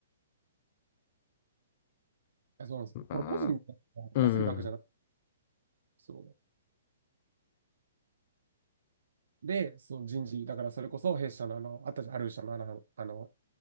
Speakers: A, on the right; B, on the left.
A: あそうなんです。
B: まあ。
A: これ個人で
B: うんうん。
A: 出せる額じゃなくて、そう。で、そう人事、だからそれこそ弊社のあの、あったじゃん、ある社のあの、あの、